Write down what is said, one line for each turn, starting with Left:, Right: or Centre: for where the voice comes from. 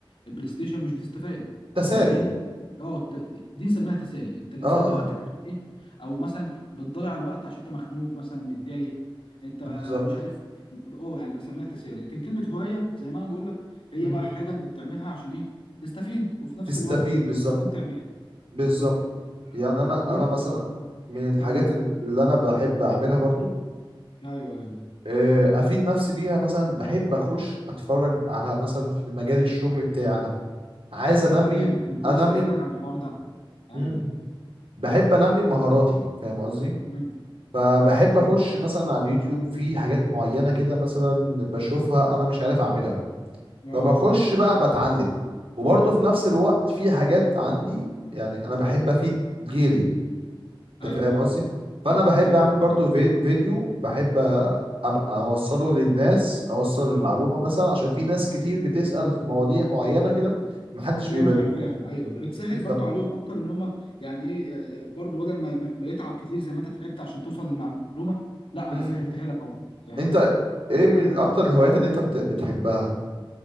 Left: البلاي ستيشن مش بتستفاد
Right: تسالي
Left: الاغاني اه ت- دي نسميها تسالي انت بتسلي
Right: اه اه
Left: وقتك عشان ايه او مثلا بتضيع الوقت عشان انت مخنوق مثلا متضايق انت
Right: بالظبط
Left: آه، مش عارف اه يعني بسميها تسالي لكن كلمه هوايه زي ما انا بقول لك هي
Right: مم.
Left: بقى حاجه انت بتعملها عشان ايه تستفيد وفي نفس
Right: تستفيد
Left: الوقت انت
Right: بالظبط
Left: بتستمتع بيها
Right: بالظبط
Left: بالظبط كده
Right: يعني انا
Left: طب إن-
Right: انا مثلا من الحاجات
Left: اه
Right: اللي انا بحب اعملها برضو
Left: ايوه ايوه
Right: آه، افيد نفسي بيها مثلا بحب اخش اتفرج على مثلا في المجال الشغل بتاعنا عايز
Left: جامد
Right: انمي
Left: كنت
Right: انمي
Left: لسه هسألك عن الحوار ده ايوه
Right: مم. بحب انمي مهاراتي فاهم قصدي
Left: مم.
Right: فبحب اخش مثلا على اليوتيوب في حاجات معينة كده مثلا بشوفها انا مش عارف اعملها
Left: اه
Right: فبخش بقى بتعلم وبرضه في نفس الوقت في حاجات عندي يعني انا بحب افيد غيري
Left: ايوه
Right: انت فاهم
Left: ايوه
Right: قصدي فانا بحب
Left: بالظبط
Right: اعمل برضو
Left: مم.
Right: في- فيديو بحب ابقى اوصله للناس اوصل
Left: اه
Right: المعلومه مثلا عشان في ناس كتير بتسال في مواضيع معينه كده محدش
Left: ده
Right: بيبقى
Left: مش عارفاها
Right: بي...
Left: ايوه وبتسهل
Right: بالظبط
Left: برضو عليهم اكتر ان هم يعني ايه آه، آه، برضو بدل ما ما ما يتعب كتير زي ما انت تعبت عشان توصل للمعلومه لا
Right: مم.
Left: انا سهلتها لك اهو فاهم
Right: انت ايه من اكتر الهوايات اللي انت بت... بتحبها